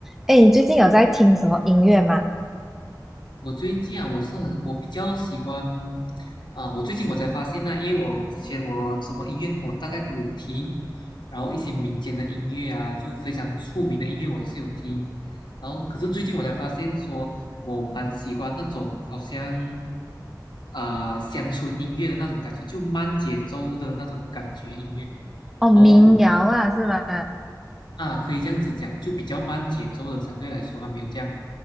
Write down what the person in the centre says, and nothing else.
哎，你最近有在听什么音乐吗？
哦，
民谣啊，是吗？